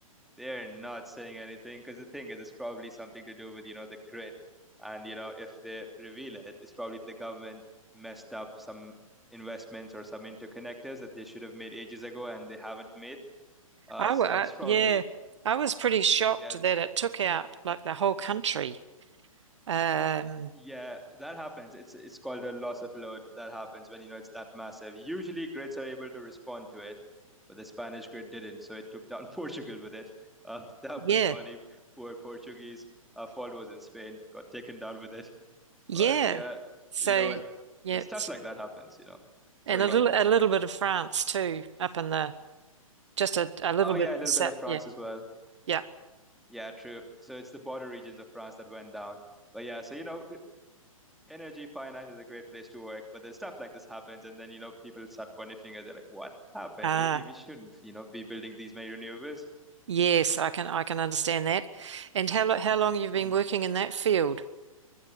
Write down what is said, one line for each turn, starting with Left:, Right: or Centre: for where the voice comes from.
Centre: They're not saying anything because the thing is, it's probably something to do with, you know, the grid. And, you know, if they reveal it, it's probably the government messed up some investments or some interconnectors that they should have made ages ago and they haven't made. Uh,
Right: I,
Centre: so
Right: wa-
Centre: it's probably,
Right: yeah. I was pretty shocked
Centre: yeah,
Right: that it took out like the whole country. Um
Centre: Yeah, that happens. It's it's called a loss of load. That happens when you know it's that massive. Usually grids are able to respond to it, but the Spanish grid didn't, so it took down <laughs> Portugal with it. Uh, that
Right: Yeah.
Centre: was funny. Poor Portuguese. Our fault was in Spain, got taken down with it.
Right: yeah.
Centre: But yeah,
Right: So
Centre: you know what?
Right: yeah,
Centre: When
Right: it's-
Centre: stuff like that happens, you know. Sorry,
Right: and a
Centre: go
Right: little
Centre: on.
Right: a little bit of France too up in the just a, a little
Centre: Oh
Right: bit
Centre: yeah,
Right: of
Centre: a little
Right: the set.
Centre: bit of France
Right: Yeah.
Centre: as well.
Right: Yeah.
Centre: Yeah, true. So it's the border regions of France that went down. But yeah, so you know, energy finance is a great place to work, but then stuff like this happens, and then you know people start pointing finger. They're like, "What happened?
Right: Ah,
Centre: Maybe we shouldn't, you know, be building these many renewables."
Right: Yes, I can I can understand that. And how lo- how long you've been
Centre: hmm
Right: working in that field?